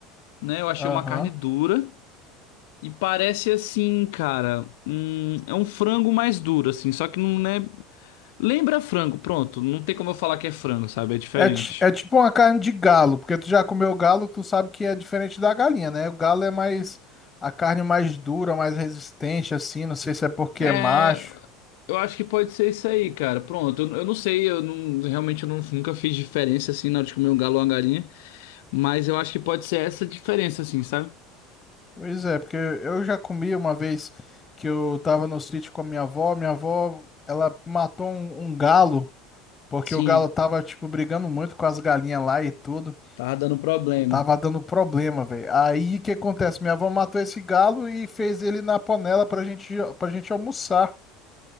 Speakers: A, on the left; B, on the left.
A: né? Eu achei
B: Aham.
A: uma carne dura. E parece assim, cara. hum, é um frango mais duro, assim. Só que não é. Lembra frango, pronto. Não tem como eu falar que é frango, sabe? É diferente.
B: É, ti- é tipo uma carne de galo, porque tu já comeu galo, tu sabe que é diferente da galinha, né? O galo é mais a carne mais dura, mais resistente, assim. Não sei se é porque
A: É.
B: é macho.
A: Eu acho que pode ser isso aí, cara. Pronto. Eu, eu não sei. Eu não, realmente eu não- nunca fiz diferença, assim, na hora de comer um galo ou uma galinha. Mas eu acho que pode ser essa diferença, assim, sabe?
B: Pois é, porque eu já comi uma vez que eu tava no sítio com a minha avó. Minha avó, ela matou um, um galo, porque
A: Sim,
B: o galo tava, tipo, brigando muito com as galinhas lá e tudo.
A: tava dando problema.
B: Tava dando problema, velho. Aí o que acontece? Minha avó matou esse galo e fez ele na panela pra gente, pra gente almoçar.